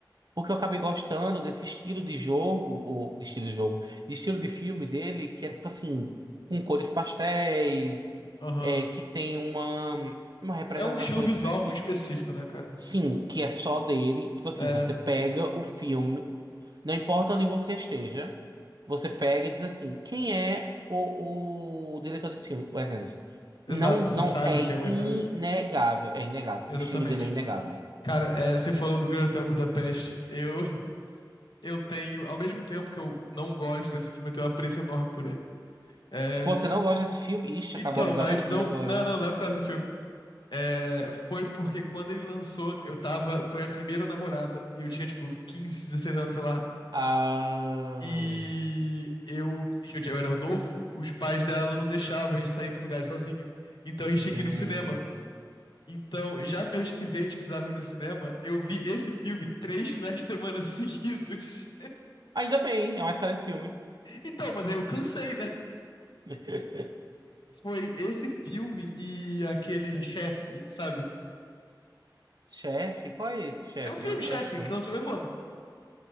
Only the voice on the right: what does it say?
Porque eu acabei gostando desse estilo de jogo, ou de estilo de jogo, de estilo de filme dele, que é tipo assim, com cores pastéis,
é, que tem uma, uma representação
específica.
Sim, que é só dele. Tipo assim,
você pega o filme, não importa onde você esteja, você pega e diz assim: quem é o, o diretor desse filme? Wes Anderson.
Não, não,
é
inegável,
é inegável.
O estilo dele é inegável.
Pô, Você não gosta desse filme? Ixi,
acabou a amizade
aqui
agora.
Ah,
hum.
Ainda bem, é um excelente filme.
<laughs>
Chefe? Qual é esse, chefe?
Eu
acho, que-